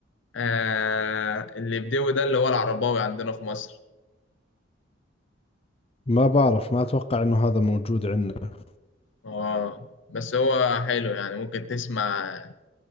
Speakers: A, on the left (about 70°); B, on the left (about 30°).
A: آه اللي بدوي ده اللي هو العرباوي عندنا في مصر
B: ما بعرف ما أتوقع إنه هذا موجود عندنا
A: آه بس هو حلو يعني ممكن تسمع